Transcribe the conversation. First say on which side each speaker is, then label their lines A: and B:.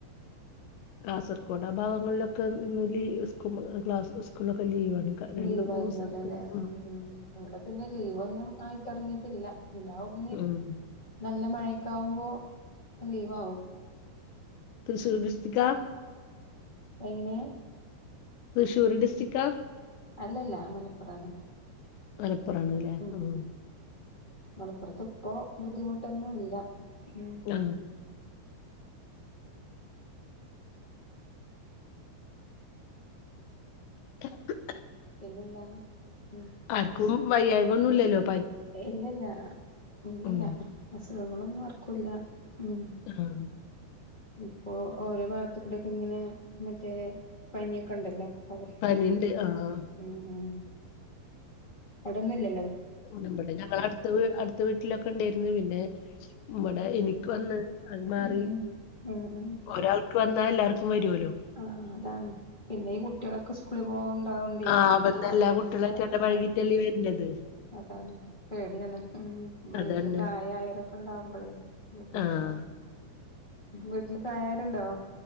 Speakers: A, on the left (about 75°); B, on the left (about 25°).
A: കാസർഗോഡ് ആ ഭാഗങ്ങളിലൊക്കെ ലീ സ്കൂ ക്ലാസ് സ്കൂളൊക്കെ ലീവണ് രണ്ട്,
B: ലീവായിരുന്നല്ലോ
A: മൂന്ന് സ്ഥലത്ത്
B: ല്ലേ ഉം ഉം ഇവിടെ പിന്നെ ലീവ് ഒന്നും ആയിത്തുടങ്ങിയിട്ടില്ല, ഉണ്ടാവും അ
A: ഉം
B: നല്ല മഴക്ക ആവുമ്പോ ലീവ് ആവും
A: തൃശൂർ ഡിസ്ട്രിക്കാ
B: എങ്ങനെ
A: തൃശൂർ ഡിസ്ട്രിക്കാ
B: അല്ലല്ല മലപ്പുറാണ്
A: മലപ്പുറാണ് ല്ലേ,
B: ഉം
A: മ്
B: ഉം മലപ്പുറത്ത് ഇപ്പോ ബുദ്ധിമുട്ടൊന്നും ഇല്ല ഉം
A: ഉം <inaudible>
B: പിന്നെന്താ, ഉം
A: ആർക്കും വയ്യയിമയെന്നും ഇല്ലല്ലോ
B: ഇല്ലില്ല, ഇല്ലില്ല
A: ഉം
B: അസുഖങ്ങളൊന്നും ആർക്കും ഇല്ല, ഉം
A: ആഹ
B: ഇപ്പോ ഓരോ ഭാഗത്ത്ടെയൊക്കെ ഇങ്ങനെ മറ്റേ പനിയൊക്കെ ഉണ്ടല്ലോ പകർച്ചക്കെ
A: പനിണ്ട് ആഹ്
B: ഉം, ഉം അവിടന്നുംല്ല
A: ഞങ്ങളെ അടുത്ത അടുത്ത വീട്ടിലൊക്കെ ഉണ്ടായിരുന്നു പിന്നെ ഇവിടെ എനിക്ക് വന്ന് അത് മാറി,
B: ഉം ഉം ഉം
A: ഒരാൾക്ക് വന്നാൽ എല്ലാർക്കും വരുല്ലോ
B: ആ അതാണ് പിന്നെയും ഈ കുട്ടികളൊക്കെ സ്കൂ സ്കൂളി പോവണ്ടാവണ്ടേ
A: ആഹ് അപ്പന്ന്
B: പകർച്ച
A: എല്ലാ കുട്ടികളായിട്ട്
B: ആ
A: <unintelligible>
B: അതാണ് പേടിയാണ് ഉം, വീട്ടില്
A: അതന്നെ
B: പ്രായമായവരൊക്കെ ഉണ്ടാവുമ്പോളേ ബുദ്ധിമുട്ടാ
A: ആഹ്
B: വീട്ടില് പ്രായം ആയവരുണ്ടോ?